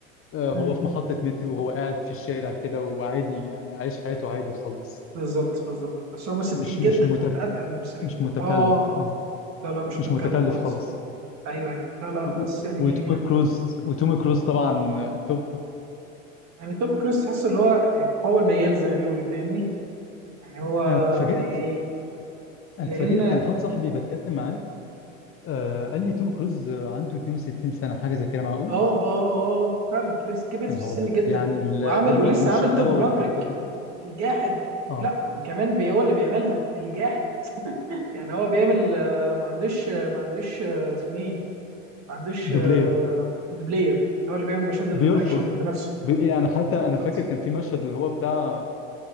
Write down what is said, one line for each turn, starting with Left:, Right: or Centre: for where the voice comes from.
Left: آه،
Right: مم،
Left: هو في محطة مترو وهو قاعد في الشارع كده وعادي يعني عايش حياته عادي خالص
Right: بالظبط بالظبط بس هو ممثل
Left: مش
Right: تقيل جدا
Left: مش متك
Right: هو من اتقل الممثلين
Left: مش متكلف
Right: اه
Left: اه
Right: لا لا مش
Left: مش
Right: متكلف
Left: متكلف
Right: خالص
Left: خالص
Right: ايوه ايوه لا لا
Left: و-
Right: بس يعني
Left: وتوم كروز وتوم كروز طبعا آه، توب
Right: يعني توم كروز تحس اللي هو يعني هو المجال زي ما بيقول فاهمني يعني هو
Left: انا اتفاجئت
Right: ليه لان
Left: انا اتفاجئت
Right: اه
Left: كان حد صاحبي بتكلم معاه آه قال لي توم كروز عنده 62 سنة حاجة زي كده معقول؟
Right: اه اه آه، فعلا كبير كبر
Left: يا
Right: في
Left: نهار
Right: السن
Left: أبيض
Right: جدا
Left: يعني ال-
Right: وعمل
Left: النط
Right: ولسه
Left: والشقلبة
Right: عمل توب
Left: والحركات
Right: مافريك
Left: دي كلها
Right: الجاحد
Left: اه
Right: لا وكمان بي هو اللي بيعملها الجاحد يعني هو بيعمل آه، ما عندوش آه، ما عندوش آه، اسمه ايه ما عندوش آه،
Left: دوبلير
Right: دوبلير هو اللي بيعمل مشاهد
Left: بيرفض
Right: الاكشن بنفسه
Left: بي يعني حتى أنا
Right: بالظبط
Left: فاكر كان في مشهد اللي هو بتاع